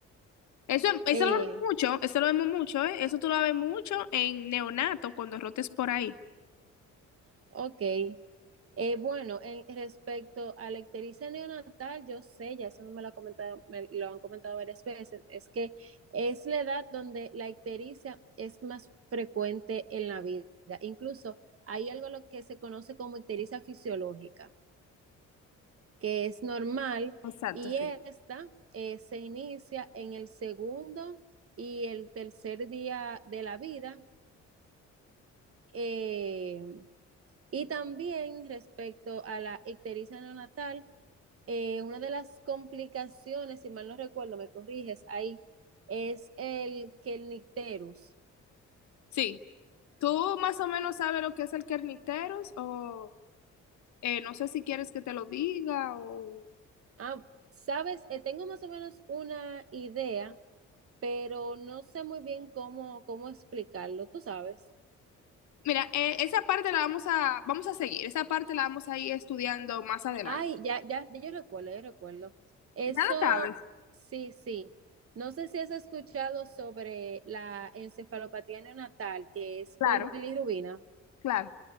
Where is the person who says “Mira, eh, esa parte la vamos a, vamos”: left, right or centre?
Left